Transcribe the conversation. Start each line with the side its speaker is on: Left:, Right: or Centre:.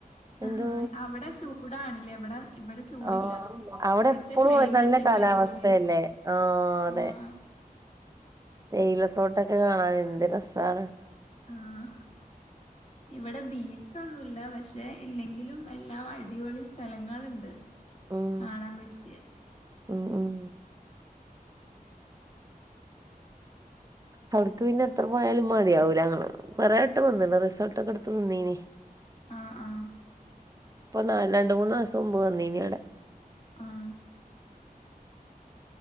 Right: എന്തോ
Left: ആഹ് അവിടെ ചൂടാണ്ല്ലേ ഇവിടെ ഇവിടെ ചൂടില്ല
Right: ആഹ് അവിടെ
Left: ഇവിടുത്തെ
Right: എപ്പോഴും
Left: ക്ലൈമറ്റ്
Right: നല്ല
Left: ഒക്കെ
Right: കാലാവസ്ഥയല്ലേ
Left: അടിപൊളിയാ
Right: ആഹ് അതെ
Left: ആഹ്
Right: തേയിലത്തോട്ടൊക്കെ കാണാൻ എന്ത് രസമാണ്
Left: ആഹ് ഇവിടെ ബീചൊന്നുല്ല പക്ഷെ ഇല്ലെങ്കിലും എല്ലാം അടിപൊളി സ്ഥലങ്ങളുണ്ട്
Right: ഉം
Left: കാണാൻ പറ്റിയ
Right: ഉം ഉം അവിടക്ക് പിന്നെ എത്ര പോയാലും മതിയാവൂല ന്ന് തോന്ന് കൊറേ വട്ടം വന്ന് ണ് റിസോൾട്ട് ഒക്കെ എടുത്ത് നിന്നീനി
Left: ആഹ് ആഹ്
Right: ഇപ്പൊ ന രണ്ട് മൂന്ന് ദിവസം മുമ്പ് വന്നീനി അവിടെ
Left: ആഹ്